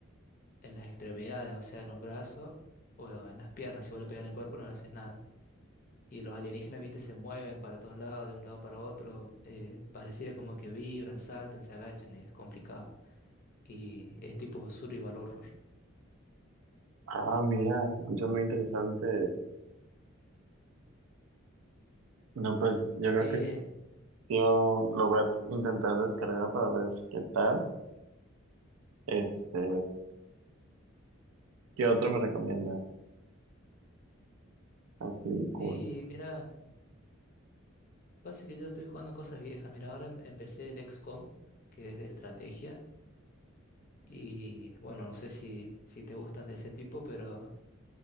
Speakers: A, on the left; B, on the right.
A: en las extremidades, o sea, en los brazos o en las piernas. Si vos le pegas en el cuerpo, no le haces nada. Y los alienígenas, viste, se mueven para todos lados, de un lado para otro. eh, pareciera como que vibran, saltan, se agachan, y es complicado. Y es tipo survival horror.
B: Ah, mira, se escucha muy interesante. No, pues yo
A: Sí,
B: creo que
A: eh,
B: Yo lo voy a intentar descargar para ver qué tal. Este, ¿qué otro me recomiendas? Así, cool.
A: y mira, pasa que yo estoy jugando cosas viejas. Mira, ahora em- empecé el XCOM, que es de estrategia. Y bueno, no sé si, si te gustan de ese tipo, pero